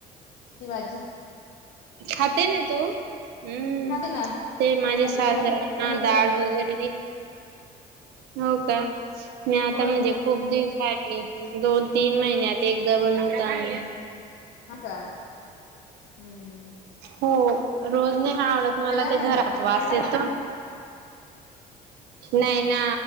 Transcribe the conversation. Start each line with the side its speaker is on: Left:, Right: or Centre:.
Left: शिवाजी <inaudible>
Right: खाते ना तू? हम्म,
Left: खाते ना
Right: ते माझे
Left: आमच्याकडे
Right: सासरांना
Left: कोणच
Right: दाढ
Left: असत
Right: वगैरे हो का, मी आता
Left: कोण
Right: म्हणजे खूप दिव खात नाही दोन, तीन महिन्यात एकदा बनवतो आम्ही.
Left: हा का. हम्म
Right: हो रोज नाही हा आवडत मला
Left: लहानाचा
Right: ते घरात
Left: पाटा
Right: वास
Left: काढला
Right: येतो.
Left: का
Right: नाही ना